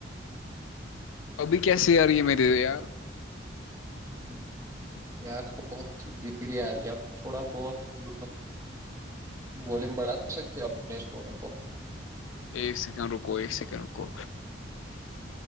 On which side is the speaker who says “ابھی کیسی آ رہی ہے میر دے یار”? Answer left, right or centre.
Left